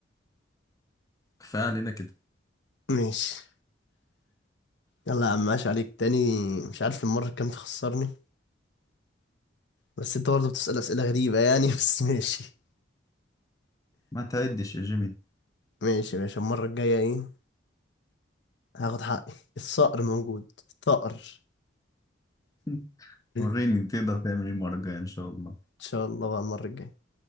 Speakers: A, on the left (about 20°); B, on the left (about 65°).
A: كفايه علينا كده
B: ماشي يلا يا عم ماشي عليك تاني مش عارف المره كام تخسرني بس انت برضه بتسال اسئله غريبه يعني <laughs> بس ماشي
A: ما تعدش يا جيمي
B: ماشي يا باشا المره الجايه ايه هاخد حقي الصقر موجود الثأر
A: <laughs>
B: <laughs>
A: وريني تقدر تعمل ايه المره الجايه ان شاء الله
B: ان شاء الله بقى المره الجايه